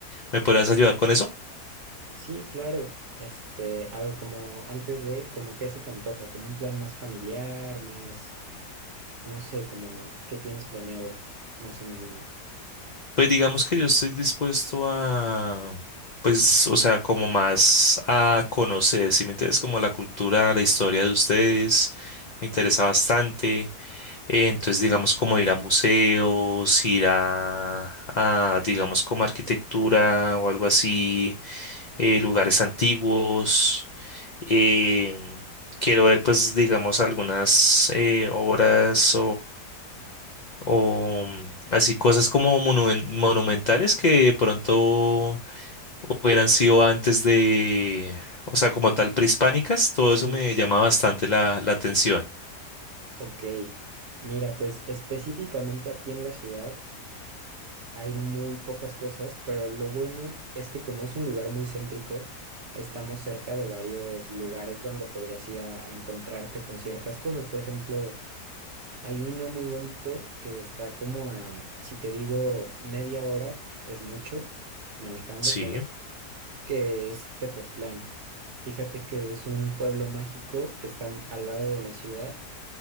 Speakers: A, on the left; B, on the right.
A: ¿Me podrías ayudar con eso?
B: Sí, claro. Este, a ver, como antes de, como qué se te antoja, como un plan más familiar, más, no sé, como qué tienes planeado, más o menos.
A: Pues digamos que yo estoy dispuesto a, pues, o sea, como más a conocer, si me interesa como la cultura, la historia de ustedes, me interesa bastante. Eh, entonces, digamos, como ir a museos, ir a, a, digamos, como arquitectura o algo así, eh, lugares antiguos. em, quiero ver, pues, digamos, algunas eh, obras o mm, así cosas como monumen- monumentales que de pronto hubieran sido antes de, o sea, como tal prehispánicas, todo
B: Sí,
A: eso me
B: sí, sí.
A: llama bastante la, la atención.
B: Ok. Mira, pues específicamente aquí en la ciudad hay muy pocas cosas, pero lo bueno es que como es un lugar muy céntrico, estamos cerca de varios lugares donde podrías ir a, a encontrarte con ciertas cosas. Por ejemplo, Hay uno muy bonito que está como a, si te digo media hora, es mucho, manejando,
A: Sí,
B: claro, que es Tepoztlán. Fíjate que es un pueblo mágico que está al lado de la ciudad